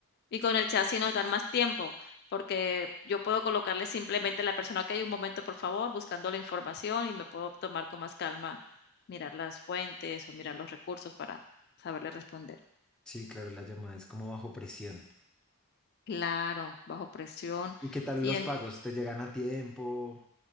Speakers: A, on the left (about 45°); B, in the centre.
A: Y con el chat sí nos dan más tiempo, porque yo puedo colocarle simplemente a la persona que hay un momento, por favor, buscando la información y me puedo tomar con más calma, mirar las fuentes o mirar los recursos para saberle responder.
B: Sí, claro, la llamada es como bajo presión.
A: Claro, bajo presión.
B: ¿Y qué tal
A: Y
B: los
A: en
B: pagos? ¿Te llegan a tiempo?